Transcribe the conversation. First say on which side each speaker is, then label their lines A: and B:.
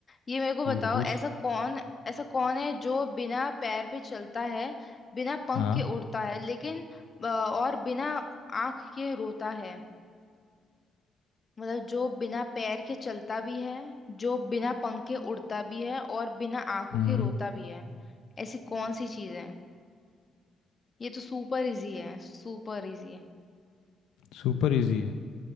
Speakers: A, on the left (about 30°); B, on the left (about 85°).
A: ये मेरे को
B: ठीक
A: बताओ
B: है पूछ
A: ऐसा कौन ऐसा कौन है जो बिना पैर पे चलता है बिना पंख
B: हाँ
A: के उड़ता है लेकिन अ, और बिना आंख के रोता है मतलब जो बिना पैर के चलता भी है जो बिना पंख के उड़ता भी है और बिना आंखों
B: हम्म
A: के रोता भी है ऐसी कौन सी चीज है ये तो सुपर इजी है सुपर इजी है
B: सुपर इजी है